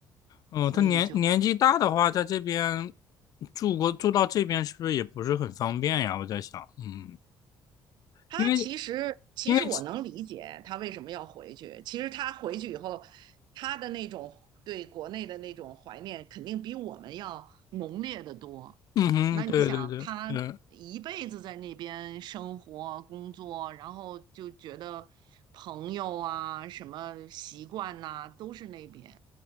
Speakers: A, on the left; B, on the right.
A: 哦，
B: 所以就
A: 他年年纪大的话，在这边住过住到这边是不是也不是很方便呀？我在想，嗯，
B: 他其实，
A: 因为
B: 其实我能理解他为什么要回去。
A: 因为
B: 其实他回去以后，他的那种对国内的那种怀念，肯定比我们要浓烈的多。
A: 嗯哼，
B: 那你想，
A: 对对对对，
B: 他一辈子在那边生活、工作，然后就觉得朋友啊、什么习惯呐、都是那边。